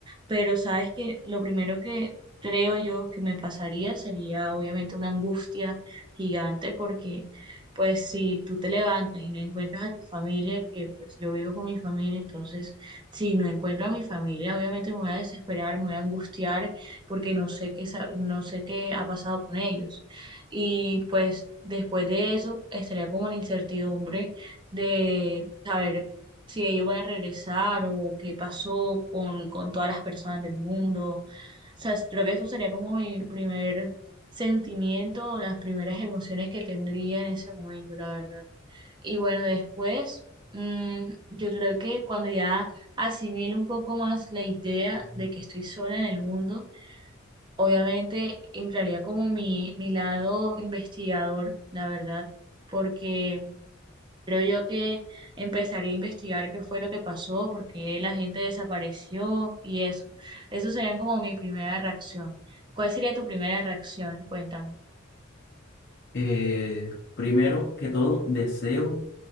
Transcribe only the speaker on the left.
Eh, primero que todo, deseo